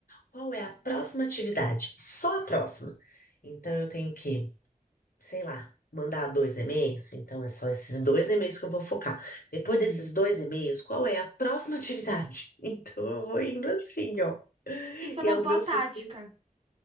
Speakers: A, on the left (about 90°); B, on the right (about 45°).
A: Qual é a próxima atividade? Só a próxima. Então eu tenho que, sei lá, mandar dois e-mails. Então é só esses dois e-mails que eu vou focar. Depois
B: uhum.
A: desses dois e-mails, qual é a próxima atividade? <laughs> Então eu vou indo assim, ó.
B: Isso é
A: E
B: uma
A: aí o
B: boa
A: meu
B: tática,
A: futuro